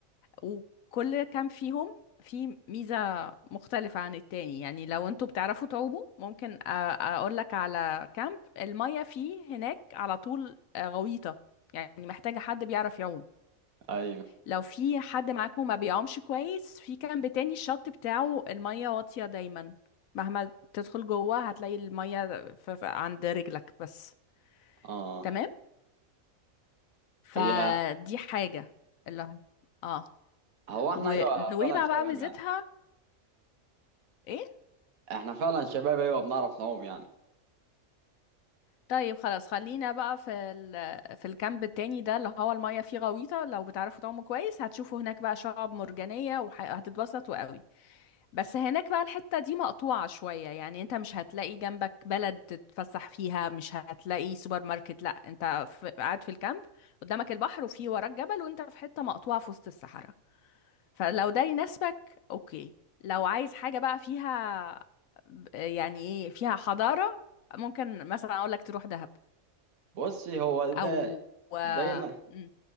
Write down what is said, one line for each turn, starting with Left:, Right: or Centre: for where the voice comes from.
Left: وكل كام فيهم في ميزة مختلفة عن التاني يعني لو انتوا بتعرفوا تعوموا ممكن اقول لك على كامب المية فيه هناك على طول آه، غويطة يعني محتاجة حد بيعرف يعوم
Right: ايوه
Left: لو في حد معاكم ما بيعومش كويس في كامب تاني الشط بتاعه المية واطية دايما مهما تدخل جوه هتلاقي المية ف- ف- عند رجلك بس
Right: اه
Left: تمام فدي
Right: هي
Left: حاجة اللي اه
Right: هو احنا
Left: ونويبع
Right: ايوه فعلا شباب
Left: بقى ميزتها
Right: يعني
Left: ايه
Right: احنا فعلا شباب ايوه بنعرف نعوم يعني
Left: طيب خلاص خلينا بقى في ال... في الكامب التاني ده اللي هو المية فيه غويطة لو بتعرفوا تعوموا كويس هتشوفوا هناك بقى شعاب مرجانية وهتتبسطوا قوي بس هناك بقى الحتة دي مقطوعة شوية يعني انت مش هتلاقي جنبك بلد تتفسح فيها مش هتلاقي سوبر ماركت لا انت في... قاعد في الكامب قدامك البحر وفي وراك جبل وانت في حتة مقطوعة في وسط الصحراء فلو ده يناسبك اوكي لو عايز حاجة بقى فيها يعني ايه فيها حضارة ممكن مثلا اقول لك تروح دهب
Right: بصي هو ده
Left: او و...
Right: ده
Left: مم.